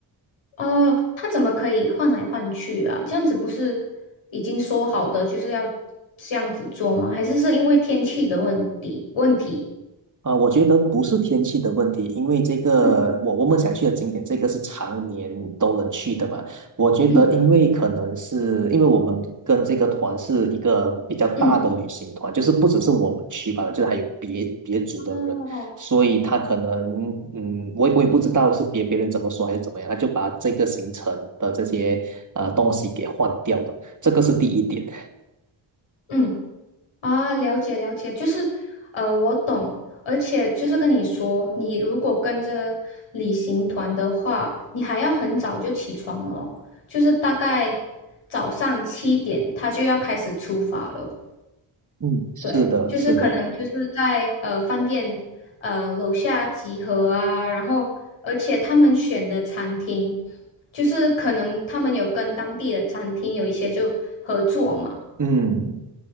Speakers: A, on the left (about 80°); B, on the right (about 40°).
A: 哦，他怎么可以换来换去啊？这样子不是已经说好的就是要这样子做吗？还是是因为天气的问题问题？
B: 啊，我觉得不是天气的问题，因为这个我我们想去的景点，
A: 嗯
B: 这个是常年都能去的嘛。我觉得，
A: 嗯
B: 因为可能是因为我们跟这个团是一个比较大的旅行团，
A: 嗯，
B: 就是不只是我们去吧，就是还有别别组的人，
A: 哦，
B: 所以他可能，嗯，我也我也不知道是别别人怎么说还是怎么样，他就把这个行程的这些呃东西给换掉了，这个是第一点。
A: 嗯。啊，了解了解，就是呃，我懂，而且就是跟你说，你如果跟着旅行团的话，你还要很早就起床了哦，就是大概早上七点，他就要开始出发了。
B: 嗯，是的，
A: 对，就是可能就是在呃饭店呃楼下集合啊，
B: 是的，
A: 然后而且他们选的餐厅，就是可能他们有跟当地的餐厅有一些就合作嘛。
B: 嗯，